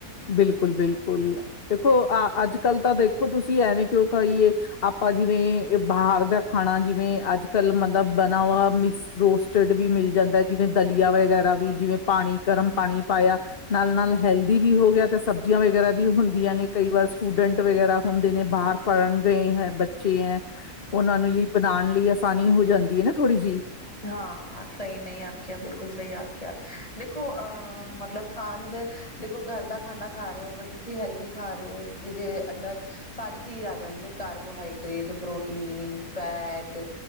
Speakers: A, on the left (about 40°); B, on the left (about 25°).
A: ਬਿਲਕੁਲ- ਬਿਲਕੁਲ ਦੇਖੋ। ਅ ਅੱਜ -ਕੱਲ ਤਾਂ ਦੇਖੋ ਤੁਸੀਂ ਐਵੇਂ ਆਪਾਂ ਜਿਵੇਂ, ਏ ਬਾਹਰ ਦਾ ਖਾਣਾ। ਜਿਵੇਂ-ਅੱਜ-ਕੱਲ੍ਹ ਮਤਲਬ ਬਣਾ ਹੁਆ ਮਿਕਸ ਰੋਸਟਰਡ ਮਿਲ ਜਾਂਦਾ। ਜਿਵੇਂ-ਦਲ ਚੀਆ ਵਗੈਰਾ ਵੀ ਜਿਵੇਂ-ਪਾਣੀ ਗਰਮ ਪਾਣੀ ਪਾਇਆ ਨਾਲ ਨਾਲ ਹੈਲਦੀ ਵੀ ਹੋ ਗਿਆ। ਤਾਂ ਸਬਜ਼ੀਆਂ ਵਗੈਰਾ ਵੀ ਹੁੰਦੀਆਂ ਨੇ, ਕਈ ਵਾਰ ਸਟੂਡੈਂਟ ਵਗੈਰਾ ਹੁੰਦੇ ਨੇ, ਬਾਹਰ ਪੜ੍ਹਨ ਗਏ ਹੈ। ਬੱਚੇ ਏ, ਉਹਨਾਂ ਨੂੰ ਵੀ ਬਣਾਉਣ ਲਈ ਆਸਾਨੀ ਹੋ ਜਾਂਦੀ ਹੈਨਾ ਥੋੜੀ ਜਿਹੀ।
B: ਹਾਂ! ਸਹੀ ਨਹੀਂ ਆਖਿਆ, ਬਿਲਕੁਲ ਸਹੀ ਆਖਿਆ। ਦੇਖੋ ਅਹ-ਮਤਲਬ ਖਾਨ ਦੇ ਦੇਖੋ ਘਰ ਦਾ ਖਾਨਾ ਖਾ ਰਹੇ ਓ। ਅਗਰ ਤੁਸੀਂ ਹੈਲਦੀ ਖਾ ਰਹੇ ਓ। ਜਿਹਦੇ ਅੰਦਰ ਸਾਰੀ ਚੀਜ਼ ਆ ਹੋ ਜਾਂਦੀ ਹੈ। ਕਾਰਬੋਹਾਈਡਰੇੇਟ, ਪ੍ਰੋਟੀਨ, ਫੈਟ